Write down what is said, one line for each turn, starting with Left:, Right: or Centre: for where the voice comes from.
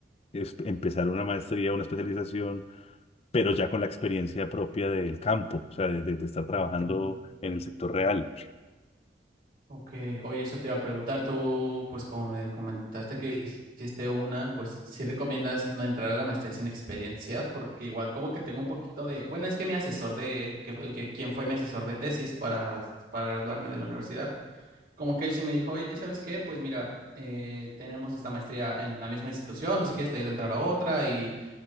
Left: es- empezar una maestría, una especialización, pero ya con la experiencia propia del campo, o sea, de, de de estar trabajando
Right: Ujú.
Left: en el sector real.
Right: Ok, oye, eso te iba a preguntar, tú, pues como me comentaste que hiciste una, pues sí recomiendas no entrar a la maestría sin experiencia, porque igual como que tengo un poquito de, bueno, es que mi asesor de, que fue el que, quien fue mi asesor de tesis para, para graduarme de la universidad, Como que él sí me dijo, oye, ¿sabes qué? Pues mira, eh, tenemos esta maestría en la misma institución, no sé quieres te ayuda a entrar a otra y,